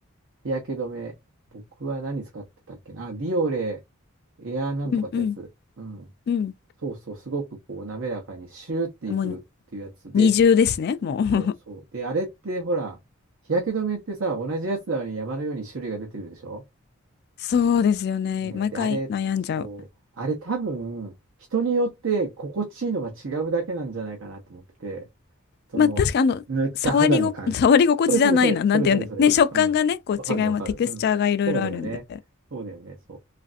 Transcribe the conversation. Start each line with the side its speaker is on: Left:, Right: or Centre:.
Right: 日焼け止め、僕は何使ってたっけな、あ、ビオレ、エアなんとかってやつ、
Left: うんうん。
Right: うん、
Left: うん。
Right: そうそう、すごくこう、滑らかにシューっていくっていうやつで、
Left: もう二重ですね、もう。
Right: そうそう。
Left: <laughs>
Right: で、あれって、ほら、日焼け止めってさ、同じやつなのに山のように種類が出てるでしょ
Left: そうですよね。
Right: ね、
Left: 毎回悩んじゃう。
Right: で、あれ、そう、あれ多分、人によって心地いいのが違うだけなんじゃないかなと思ってて、その、
Left: まあ確かにあの、
Right: 塗った肌の感じ。
Left: 触りご、<laughs> 触り心地じゃないな。
Right: それそれそれ、
Left: なんていうんだ。
Right: それそれそれ。
Left: ね、食感がね、
Right: うん。
Left: こう違います。
Right: わかるわかる。
Left: テクスチャーがいろいろあるんで。
Right: うん。そうだよね。そうだよね。そ